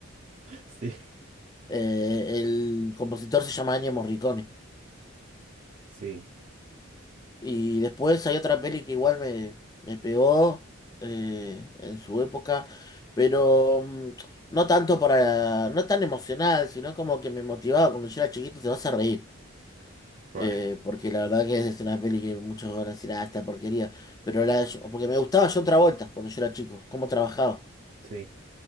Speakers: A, on the right; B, on the left.
A: <laughs> Sí,
B: Eh, el compositor se llama Ennio Morricone.
A: sí.
B: Y después hay otra peli que igual me, me pegó eh, en su época, pero mm, no tanto para, no tan emocional, sino como que me motivaba cuando yo era chiquito, te vas a reír.
A: Bueno,
B: Eh, porque la verdad que es una peli que muchos van a decir, ah, esta porquería. Pero la, porque me gustaba John Travolta cuando yo era chico, cómo trabajaba.
A: sí.